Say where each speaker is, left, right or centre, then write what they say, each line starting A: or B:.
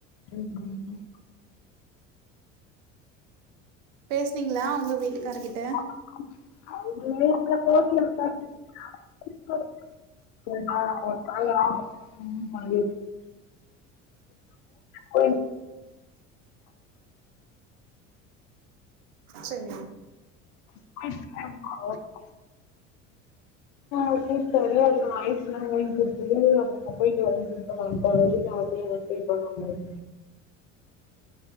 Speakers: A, on the left; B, on the right.
A: ம் ம் ம்
B: பேசுனீங்ளா உங்க வீட்டுக்கார் கிட்ட
A: <inaudible> <inaudible> ஓகே
B: செரி
A: <inaudible> ஓகே இப்போ ஒரே ஒரு தரவ ஐஸ்லா வாங்கி குடுத்துது அப்றோ நா போய்ட்டு வரனு சொல்லிட்டு போன வெள்ளிகெழம போயி ஃபே பண்ணுவாங்